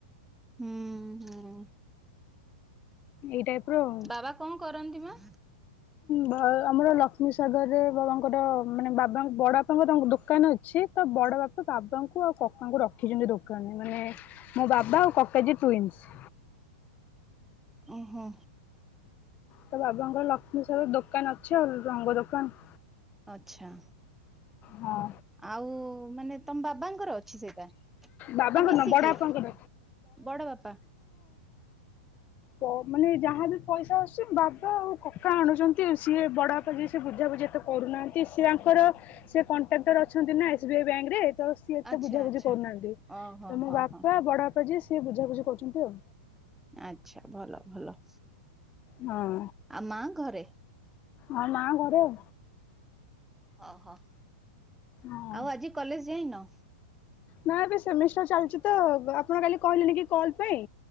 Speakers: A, in the centre; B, on the left (about 30°).
A: ହୁଁ ହୁଁ।
B: ଏଇ ଟାଇପ ର ଆଉ।
A: ବାବା କଣ କରନ୍ତି ମ?
B: ହଁ ଭ ଆମର ଲକ୍ଷ୍ମୀ ସାଗର ରେ ବାବା ଙ୍କ ର ମାନେ ବାବା ବଡ ବାପାଙ୍କର ତାଙ୍କ ଦୋକାନ ଅଛି। ସେ ତ ବଡ ବାପା ବାବାଙ୍କୁ ଆଉ କକାଙ୍କୁ ରଖିଛନ୍ତି ଦୋକାନରେ ମାନେ ମୋ ବାବା ଆଉ କକା ଯିଏ ଟୁଇନ୍ସି।
A: ଓହୋ।
B: ତ ବାବାଙ୍କର ଲକ୍ଷ୍ମୀ ସାଗର ଦୋକାନ ଅଛି ଆଉ ରଙ୍ଗ ଦୋକାନ।
A: ଆଛା।
B: ହଁ।
A: ଆଉ ମାନେ ତମ ବାବାଙ୍କର ଅଛି ସେଇଟା?
B: ବାବାଙ୍କର
A: ନା ମିଶିକି
B: ନୁହଁ ବଡ ବାପାଙ୍କର
A: ବଡ ବାପା?
B: ତ ମାନେ ଯାହାବି ପଇସା ଅସୁଛି ବାବା ଆଉ କକା ଆଣୁଛନ୍ତି ସିଏ ବଡ ବାପା ଯିଏ ସେ ବୁଝା ବୁଝି ଏତେ କରୁନାହାଁନ୍ତି ସେ ୟାଙ୍କର ସେ କଣ୍ଟ୍ରାକ୍ଟର ଅଛନ୍ତି ନା ଏସ୍ ବି ଆଇ ବ୍ୟାଙ୍କ ରେ ତ ସିଏ ଏତେ
A: ଆଚ୍ଛା
B: ବୁଝାବୁଝି
A: ଆଚ୍ଛା
B: କରୁନାହାଁନ୍ତି
A: ଓହୋ
B: ତ ମୋ
A: ହୋ
B: ବାପା
A: ହୋ
B: ବଡ ବାପା ଯିଏ ସିଏ ବୁଝାବୁଝି କରୁଛନ୍ତି ଆଉ।
A: ଆଛା ଭଲ ଭଲ।
B: ହଁ।
A: ଆ ମା ଘରେ?
B: ହଁ ମା ଘରେ ଆଉ।
A: ଅ ହ
B: ହଁ।
A: ଆଉ ଆଜି କଲେଜ ଯାଇନ?
B: ନା ଏବେ ସେମିଷ୍ଟାର ଚାଲିଛି ତ ଆପଣ କାଲି କହିଲେନ କି କଲ ପାଇଁ?